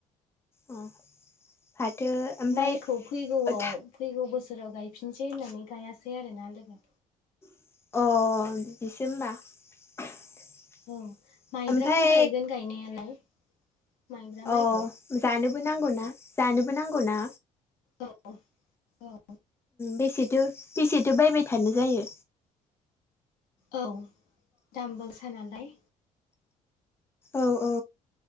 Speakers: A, on the left; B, on the left.
A: अ फाथो ओमफ्राय
B: माइखौ फैगौआव
A: अ
B: फैगौ बोसोर बोसोराव गायफिनसै होननानै गायासै आरोना लोगो
A: अ बिदिसो होमबा
B: औ माइब्राखौ
A: ओमफ्राय
B: गायगोन गायनायालाय माइब्रा
A: अ
B: माइखौ
A: जानोबो नांगौ ना जानोबो नांगौ ना
B: औ औ
A: बेसेथो बेसेथो बायबाय थानो जायो
B: औ दामगोसा नालाय
A: औ औ